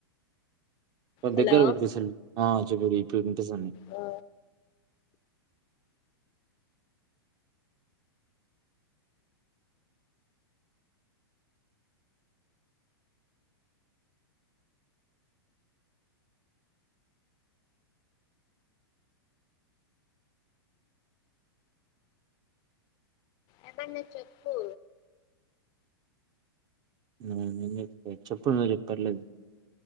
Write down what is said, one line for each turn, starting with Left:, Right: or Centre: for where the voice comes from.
Right: కో
Left: హలో
Right: దగ్గర పెట్టుకో సెల్ ఆ చెప్పు ఆ ఇప్పుడు వినిపిస్తోంది
Left: ఆ ఎంటన్ చెప్పు
Right: ఆ, ఏం చెప్తా? చెప్పు లేదు పర్లేదు